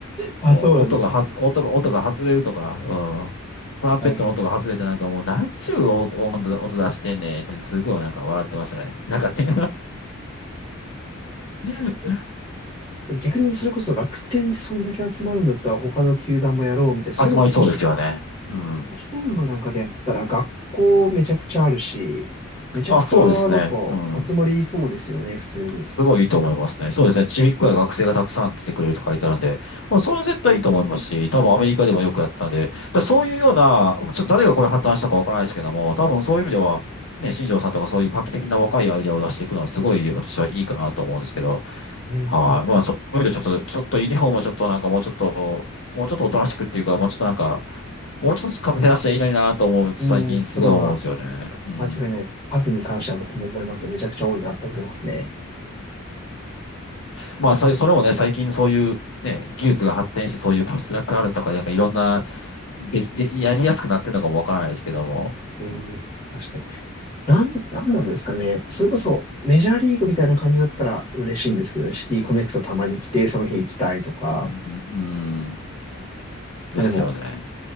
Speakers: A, on the left (about 15°); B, on the left (about 70°).
A: あ、
B: 音がはず、
A: そうなんですか。
B: 音が、音が外れるとか、うん。トランペットの音が外れてなんかもうなんちゅう音、
A: はいはい。
B: 音音出してんねんってすごいなんか笑ってましたね。なんかね <laughs>
A: え、でも逆にそれこそ楽天でそんだけ集まるんだったら他の球団もやろうみたいな。それこそ都市、
B: 集まりそうですよね。うん。
A: 都心部なんかでやったら学校めちゃくちゃあるし、めちゃくちゃなんか集まりそうですよね、
B: あ、そうですね。うん。
A: 普通に。
B: すごいいいと思いますね。そうですね。ちびっこや学生がたくさん来てくれると書いてあるんで、もうそれは絶対いいと思いますし、多分アメリカでもよくやってたんで、だからそういうような、ちょっと誰がこれ発案したかわからないですけども、多分そういう意味では、ね、新庄さんとかそういう画期的な若いアイデアを出していくのはすごい私はいいかなと思うんですけど、
A: うん、
B: はい。
A: うん、
B: まあそういう意味でちょっと、
A: うん。
B: ちょっとユニフォームをちょっとなんかもうちょっと、もうちょっとおとなしくっていうか、もうちょっとなんか、もうちょっと数減らしたらいいのになと思う、最近すごい思うんですよね。
A: うん、それは
B: うん。
A: 間違いないです。数に関しては僕も思いますね。めちゃくちゃ多いなって思いますね。
B: まあ、さそれもね、最近そういう、ね、技術が発展して、そういうパスラックあるとか、なんかいろんな、で、で、やりやすくなってるのかもわからないですけども。
A: うん、
B: うん、
A: 確かに。なん、なんなんですかね。それこそ、メジャーリーグみたいな感じだったら嬉しいんですけどね、シティコネクトたまに来て、その日行きたいとか。
B: うん、うんですよね。
A: まあでも、